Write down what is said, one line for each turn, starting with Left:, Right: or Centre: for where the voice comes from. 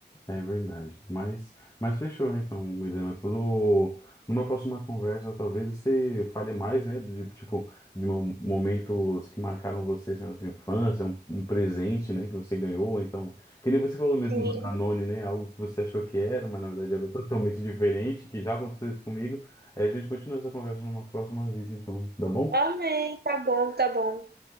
Left: É verdade. Mas, mas fechou, né? Então, Milena, quando, numa próxima conversa, talvez você fale mais, né? De, tipo, de mo- momentos que marcaram você assim, na sua infância, um, um presente, né? Que você ganhou. ou Então, que nem você falou mesmo
Right: Sim,
Left: do Danone, né? Algo que você achou que era, mas na verdade era totalmente diferente, que já aconteceu isso comigo. Aí a gente continua essa conversa numa próxima vez, então, tá bom?
Right: amém. Tá bom, tá bom.